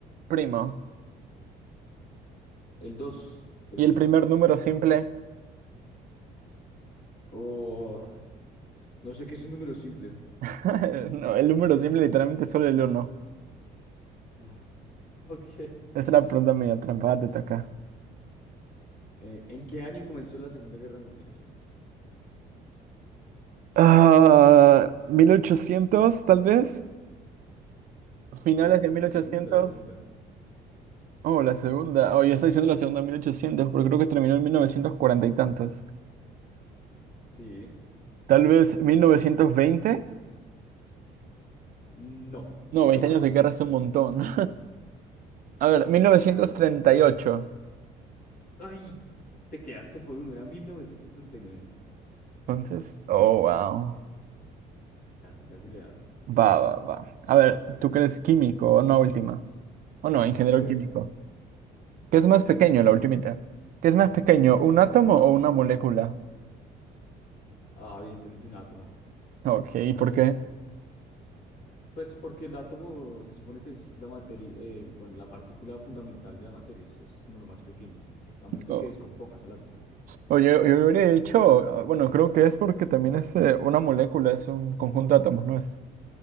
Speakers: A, on the right; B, on the left.
A: primo?
B: El 2, creo.
A: Y el primer número simple.
B: O no sé qué es un número simple.
A: <laughs> No, el número simple literalmente es solo el uno.
B: <laughs> Ah, Ok.
A: Esa era la pregunta medio trampa, te toca.
B: Eh, ¿en qué año comenzó la Segunda Guerra Mundial?
A: Ah, 1800 tal vez. Finales
B: La
A: de mil ochocientos.
B: segunda, la segunda.
A: Oh, la segunda. Oh, yo estoy diciendo la segunda 1800, porque creo que terminó en 1940 y tantos.
B: Sí.
A: Tal vez 1920.
B: No. Un
A: No,
B: poquito
A: 20
B: más.
A: años de guerra es un montón. <laughs> A ver, mil novecientos
B: Sí.
A: treinta y ocho.
B: Ay, te quedaste por uno. Era 1939.
A: Entonces, oh, wow.
B: Casi, casi le das.
A: Va, va, va. A ver, ¿tú crees químico o no última? O no, ingeniero
B: A ver.
A: químico. ¿Qué es más pequeño, la ultimita? ¿Qué es más pequeño, un átomo o una molécula?
B: Ah, evidentemente un átomo.
A: Ok, ¿y por qué?
B: Pues porque el átomo se supone que es la materia, el- bueno, la partícula fundamental de la materia, o sea, es como lo más pequeño, a menos de
A: O-
B: que descompongas el átomo.
A: Oye, yo hubiera dicho, ah, bueno, creo que es porque también este, una molécula es un conjunto de átomos, ¿no es?